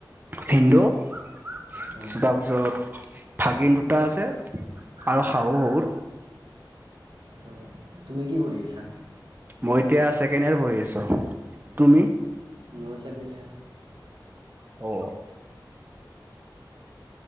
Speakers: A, on the right (about 25°); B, on the right (about 75°).
A: হিন্দু। তাৰ
B: অ',
A: পিছত ভাগিন দুটা আছে আৰু
B: অ',
A: শাহু - শহুৰ।
B: অ' তুমি কি কৰি আছা?
A: মই এতিয়া ছেকেণ্ড ইয়াৰ পঢ়ি আছো, তুমি?
B: মোয়ো চেকেণ্ড ইয়াৰ।
A: অ'।